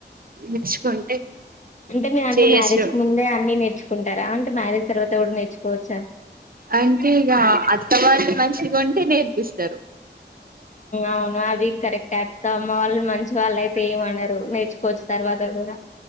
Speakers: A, on the right; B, on the left.
A: నేర్చుకుంటే
B: అంటే మీ దంలో
A: చేసు
B: మ్యారేజ్ కు ముందే అన్ని నేర్చుకుంటారా అంటే మ్యారేజ్ తర్వాత కూడా నేర్చుకోవచ్చా <inaudible>
A: అంటే ఇక అత్త వాళ్ళు మంచిగా ఉంటే నేర్పిస్తరు
B: అవును అవి కరెక్ట్ అత్తమ్మ వాళ్ళు మంచి వాళ్ళు అయితే ఏమనరు నేర్చుకోచ్చు వాత కూడా